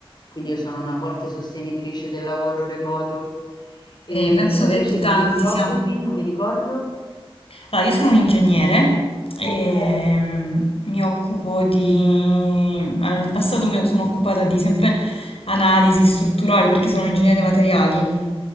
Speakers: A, on the left; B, on the left.
A: Quindi io sono una forte sostenitrice del lavoro remoto. E
B: Sì, penso
A: tu invece
B: che tanti
A: di che ti occupi?
B: siamo.
A: Non mi ricordo.
B: Allora, io sono un ingegnere e
A: Ok,
B: mm, mi occupo di... Allora, in passato mi sono occupata di sempre analisi strutturali perché sono un ingegnere dei materiali